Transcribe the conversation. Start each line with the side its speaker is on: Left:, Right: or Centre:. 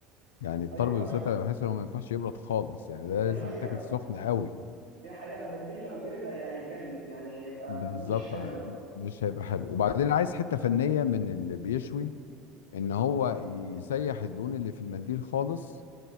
Left: يعني الطرب
Right: ايوه
Left: بالذات انا بحس انه ما ينفعش يبرد خالص يعني ده
Right: دي
Left: لازم
Right: حقيقه
Left: يتاكل سخن قوي
Right: دي حقيقه المنديل لو برد هي- هيجلد يعني هيبقى
Left: بالظبط
Right: مش حلو
Left: ه- مش هيبقى حلو وبعدين عايز حته فنيه من اللي بيشوي ان هو يسيح الدهون اللي في المنديل خالص